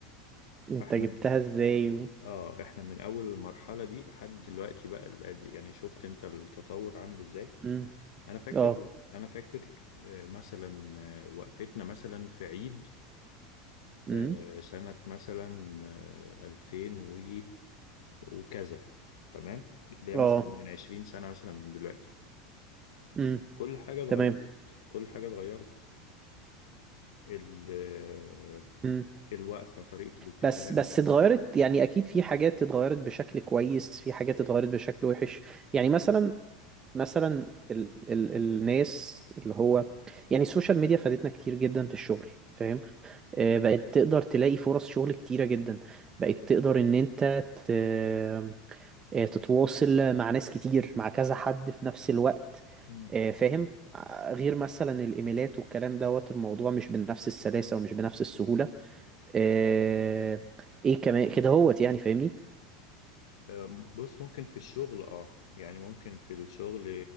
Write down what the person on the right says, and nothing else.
أنت جبتها إزاي؟ و-
امم
آه
امم
اه
امم
تمام
امم
بس بس اتغيرت يعني اكيد في حاجات اتغيرت بشكل كويس في حاجات اتغيرت بشكل وحش يعني مثلا مثلا ال ال الناس اللي هو يعني السوشيال ميديا فادتنا كتير جدا في الشغل فاهم آه، بقت تقدر تلاقي فرص شغل كتيرة جدا بقت تقدر ان انت ت- آه، تتواصل مع ناس كتير مع كذا حد في نفس الوقت
آه، فاهم ع- غير مثلا الايميلات والكلام دوت الموضوع مش بنفس السلاسة ومش بنفس السهولة آه، ايه كمان كده هوت يعني فاهمني